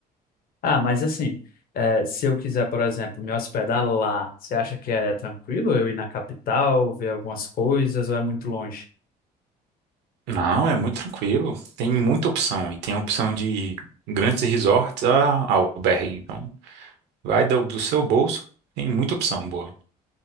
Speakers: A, on the left; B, on the right.
A: Ah, mas assim, eh, se eu quiser, por exemplo, me hospedar lá, você acha que é tranquilo eu ir na capital, ver algumas coisas, ou é muito longe?
B: Não, é muito tranquilo. Tem muita opção e tem a opção de grandes resorts a a albergue, então. Vai do, do seu bolso, tem muita opção boa.